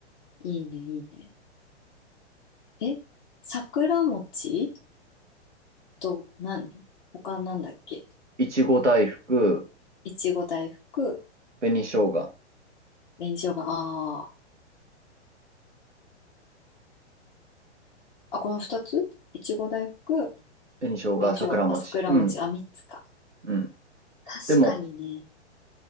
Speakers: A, on the left; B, on the right.
A: いいね、いいね。え、桜餅と何他なんだっけ
B: いちご大福、
A: いちご大福、
B: 紅生姜、
A: 紅生姜、あーあ、この二ついちご大福、
B: 紅生姜、
A: 紅生姜、
B: 桜餅。
A: あ、桜餅、
B: うん。
A: あ、三つか。
B: うん。
A: 確かにね。
B: でも、